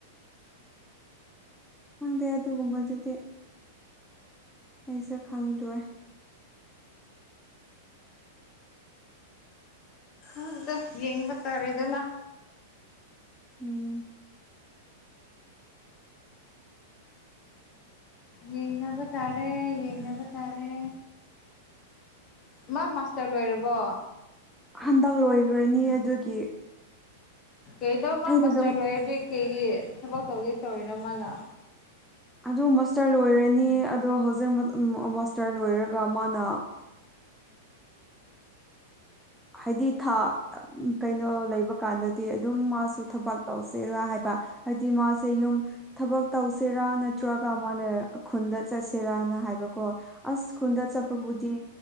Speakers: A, in the centre; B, on the left.
A: ꯈꯪꯗꯦ ꯑꯗꯨꯒꯨꯝꯕꯗꯨꯗꯤ ꯑꯩꯁꯨ ꯈꯪꯗ꯭ꯔꯣꯏ
B: ꯑꯗꯨꯗ ꯌꯦꯡꯕ ꯇꯥꯔꯦꯗꯅ
A: ꯎꯝ
B: ꯌꯦꯡꯅꯕ ꯇꯥꯔꯦ ꯌꯦꯡꯅꯕ ꯇꯥꯔꯦ ꯃꯥ ꯃꯥꯁꯇꯔ ꯂꯣꯏꯔꯕꯣ
A: ꯍꯟꯗꯛ ꯂꯣꯏꯈ꯭ꯔꯅꯤ ꯑꯗꯨꯒꯤ
B: ꯀꯩꯗꯧ ꯃꯥ
A: ꯑꯩꯅ
B: ꯃꯥꯁꯇꯔ
A: ꯑꯗꯨꯝ
B: ꯂꯣꯏꯔꯗꯤ ꯀꯩꯒꯤ ꯊꯕꯛ ꯇꯧꯒꯦ ꯇꯧꯔꯤꯅꯣ ꯃꯥꯅ
A: ꯑꯗꯨ ꯃꯥꯁꯇꯔ ꯂꯣꯏꯔꯅꯤ ꯑꯗꯣ ꯍꯧꯖꯤꯛ ꯃꯥꯁꯇꯔ ꯂꯣꯏꯔꯒ ꯃꯥꯅ ꯍꯥꯏꯗꯤ ꯊꯥ ꯀꯩꯅꯣ ꯂꯩꯕ ꯀꯥꯟꯗꯗꯤ ꯑꯗꯨꯝ ꯃꯥꯁꯨ ꯊꯕꯛ ꯇꯧꯁꯔꯥ ꯍꯥꯏꯕ ꯑꯇꯤ ꯃꯥꯁꯨꯝ ꯊꯕꯛ ꯇꯧꯁꯤꯔꯥ ꯅꯠꯇ꯭ꯔꯒ ꯃꯣꯏꯅ ꯈꯨꯟꯗ ꯆꯠꯁꯤꯔꯅ ꯍꯥꯏꯕꯀꯣ ꯑꯁ ꯈꯨꯟꯗ ꯆꯄꯕꯨꯗꯤ